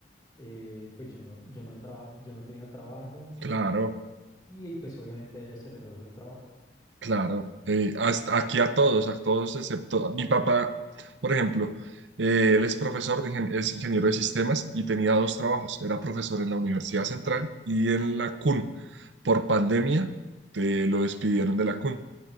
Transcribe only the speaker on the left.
eh, pues yo no, yo no, traba- yo no tenía trabajo
y eh, pues obviamente a ella se le redujo el trabajo.